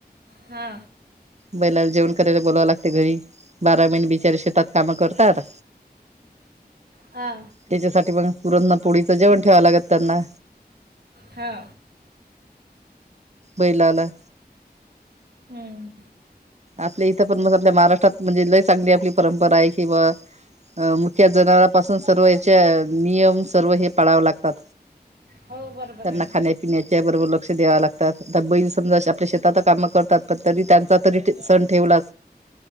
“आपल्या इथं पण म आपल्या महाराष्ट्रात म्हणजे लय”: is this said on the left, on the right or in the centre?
Right